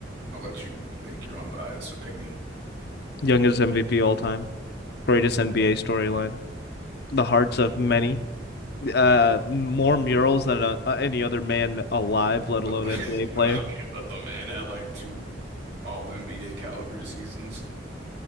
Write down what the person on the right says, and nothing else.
I'll let you make your unbiased opinion.
But the <laughs>
I mean, but the man had like two all NBA caliber seasons.